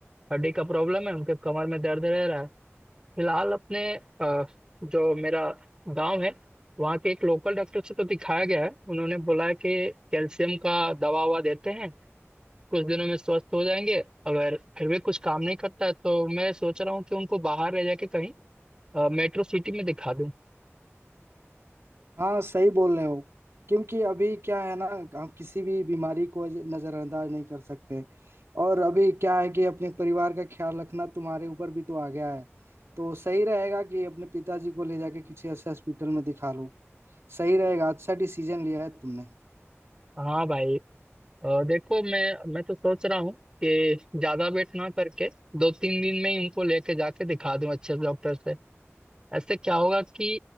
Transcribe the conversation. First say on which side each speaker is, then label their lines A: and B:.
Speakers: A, on the right; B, on the right.
A: हड्डी का प्रॉब्लम है उनके कमर में दर्द रह रहा है फिलहाल अपने अ, जो मेरा गांव है वहाँ के एक लोकल डॉक्टर से तो दिखाया गया है उन्होंने बोला है कि कैल्शियम का दवा ववा देते हैं कुछ दिनों में स्वस्थ हो जाएंगे अगर फिर भी कुछ काम नहीं करता है तो मैं सोच रहा हूँ कि उनको बाहर रह जाके कहीं मेट्रो सिटी में दिखा दूँ
B: हाँ सही बोल रहे हो क्योंकि अभी क्या है ना हम किसी भी बीमारी को नजरअंदाज नहीं कर सकते और अभी क्या है कि अपने परिवार का ख्याल रखना तुम्हारे ऊपर भी तो आ गया है तो सही रहेगा कि अपने पिताजी को ले जाके किसी ऐसे हॉस्पिटल में दिखा लो सही रहेगा अच्छा डिसीजन लिया है तुमने
A: हाँ भाई अ, देखो मैं मैं तो सोच रहा हूँ कि ज्यादा वेट ना करके दो तीन दिन में ही उनको लेके जाके दिखा दूं अच्छे से डॉक्टर से ऐसे क्या होगा कि